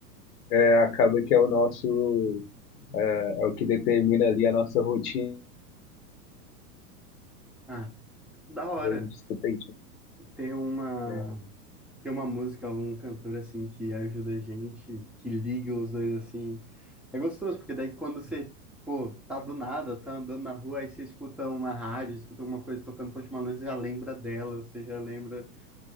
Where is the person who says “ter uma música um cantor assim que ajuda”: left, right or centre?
Centre